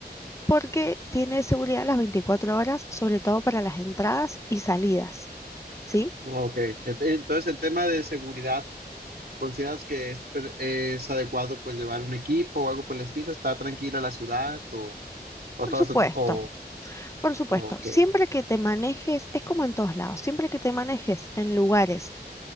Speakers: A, on the left; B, on the right.
A: porque tiene seguridad las 24 horas, sobre todo para las entradas y salidas, ¿sí?
B: Ok. Ent- Entonces el tema de seguridad, ¿consideras que es, per- es adecuado pues llevar un equipo o algo por el estilo? ¿Está tranquila la ciudad o, o
A: Por
B: todo
A: supuesto,
B: eso? O,
A: por supuesto.
B: ok,
A: Siempre que te manejes, es como en todos lados, siempre que te manejes en lugares